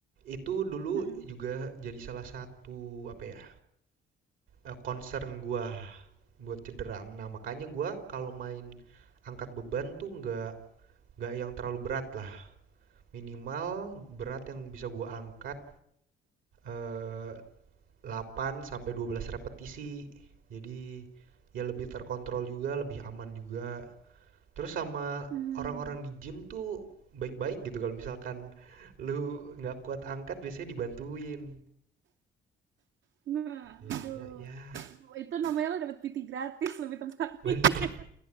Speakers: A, on the right; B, on the right.
A: Itu dulu
B: Mm-mm.
A: juga jadi salah satu apa ya? eh, concern gua buat cedera. Nah makanya gue kalau main angkat beban tuh nggak nggak yang terlalu berat lah. Minimal berat yang bisa gue angkat eh 8 sampai 12 repetisi. Jadi ya lebih terkontrol juga, lebih aman juga. Terus sama
B: Hmm.
A: orang-orang di gym tuh baik-baik gitu kalau misalkan lu nggak kuat angkat biasanya dibantuin.
B: Nah,
A: Jadinya
B: aduh.
A: ya
B: Itu namanya lo dapet PT gratis lebih tepatnya.
A: bener